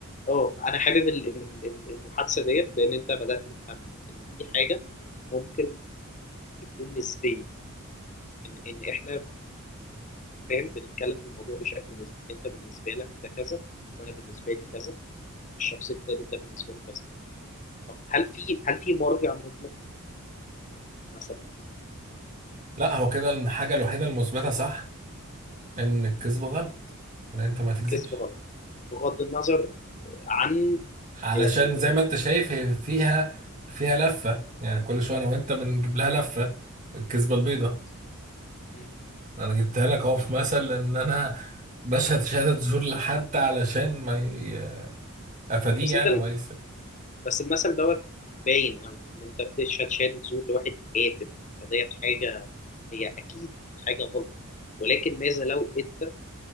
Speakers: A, on the left (about 35°); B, on the right (about 35°).
A: اه انا حابب ال- ال- ال- المحادثه ديت لان انت بدات تفهم ان في حاجه ممكن تكون نسبيه ان ان احنا فاهم بنتكلم في الموضوع بشكل نسبي انت بالنسبه لك ده كذا وانا بالنسبه لي كذا الشخص التالت ده بالنسبه له كذا طب هل في هل في مرجع مطلق مثلا
B: لا هو كده الحاجه الوحيده المثبته صح ان الكذب غلط ان انت ما تكذبش
A: كذب غلط بغض النظر عن
B: علشان
A: آه،
B: زي ما انت شايف هي فيها فيها لفه يعني كل شويه
A: مم،
B: انا وانت بنجيب لها لفه الكذبه البيضاء
A: مظبوط مم.
B: انا جبتها لك اهو في مثل ان انا بشهد شهاده زور لحد علشان ما ي... افاديه
A: بس
B: يعني
A: انت
B: وما يس
A: بس المثل دوت باين أوي إن أنت بتش- هتشهد زور لواحد قاتل فديت حاجة هي أكيد حاجة غلط ولكن ماذا لو أنت